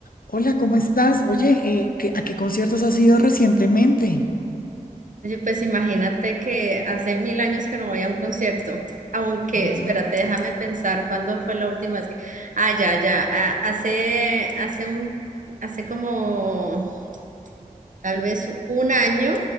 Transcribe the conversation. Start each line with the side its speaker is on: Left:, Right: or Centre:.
Left: Hola, ¿cómo estás? Oye, eh, ¿qué- ¿a qué conciertos has ido recientemente?
Right: Oye, pues imagínate que hace mil años que no voy a un concierto, aunque, espérate,
Left: No,
Right: déjame pensar cuándo fue la última vez que, ah, ya, ya, ah, hace, hace un, hace como tal vez un año,